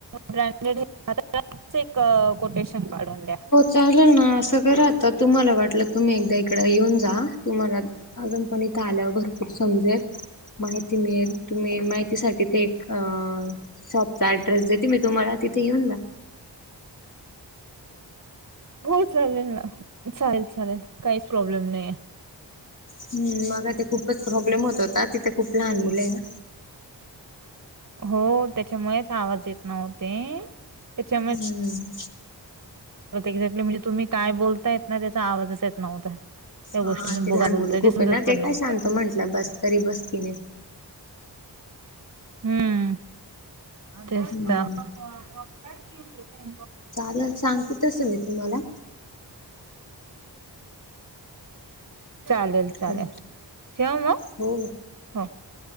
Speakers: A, on the right; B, on the left.
A: ब्र कोटेशन काढून द्या
B: चाले ना असं करा आता तुम्हाला वाटलं तुम्ही एकदा इकडे येऊन जा तुम्हाला अजून पण इथे आल्यावर भरपूर समजेल माहिती मिळेल तुम्ही माहिती ठी ते एक शॉपचा अऍड्रेस देते मी तुम्हाला तिथे येऊन जा
A: हो चालेल ना चालेल चालेल काहीच प्रॉब्लेम नाहीे
B: हम् मग ते खूपच प्रॉब्लेम होत होता तिथे खूप लहान मुलं आहे ना
A: हो त्याच्यामुळेच आवाज येत नव्हते त्याच्यामुळे
B: हम्म
A: एक्झॅक्ली म्हणजे तुम्ही काय बोलता येत ना त्याचा आवाजच येत नव्हता त्या गोष्टीने
B: हा ते
A: बोगा
B: लहान
A: बोलतय
B: मुलं होपे
A: समजत
B: ना
A: पण
B: ते
A: नव्हतं.
B: काय सांगतो म्हंटलं बस तरी बसकी नाही
A: हम्म तेचत
B: हम्म
A: ह पकाळ ती रुपय
B: चालेल सांगते तस मी तुम्हाला
A: चालेल चालेल
B: हो
A: ठेव मग
B: हो
A: हो